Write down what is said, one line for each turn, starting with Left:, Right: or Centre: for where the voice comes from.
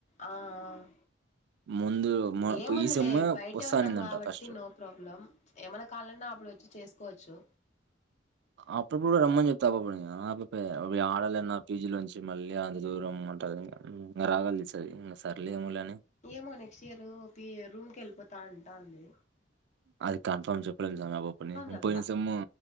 Left: ఆ ఆ
Right: ముందు మ
Left: ఏముందిలే
Right: ఈ సెమ్మే
Left: బయటే
Right: వస్తా
Left: ఉన్నాం
Right: అనిందంట
Left: కాబట్టి
Right: ఫస్ట్.
Left: నో ప్రాబ్లం ఏమనా కాలన్నా అప్పుడు వచ్చి చేస్ కోచు
Right: అప్పుడు కూడా రమ్మని చెప్తి ఆ పాప నీ ఆ పాపే యాడాలేయన్న పీజీలో నుంచి మళ్ళీ అంత దూరంమ్మంటాది ఇం ఇంకా రాగాలు తీస్తాది ఇంకా సర్లేమలే
Left: ఏ మోనక్షియారు పి రూమ్ కెల్పోత త అంటంది
Right: అది కన్ఫర్మ్ చెప్
Left: చెప్పలా
Right: పోయినా సేము